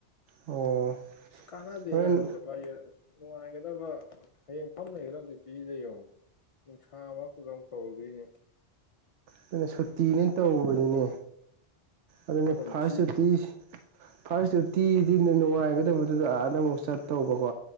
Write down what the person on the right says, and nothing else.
ꯑꯣ
ꯍꯣꯔꯦꯟ
ꯑꯗꯨꯅ‌ ꯁꯨꯇꯤꯅꯦ ꯇꯧꯕꯅꯤꯅꯦ
ꯑꯗꯨꯅꯦ
ꯐꯥꯔꯁ ꯁꯨꯇꯤ ꯐꯥꯔꯁ ꯗ꯭ꯌꯨꯇꯤꯗꯤꯅ‌ꯦ ꯅꯨꯡꯉꯥꯏꯒꯗꯕꯗꯨꯗ ꯑꯥꯗ ꯑꯃꯨꯛ ꯆꯠꯇꯧꯕꯀꯣ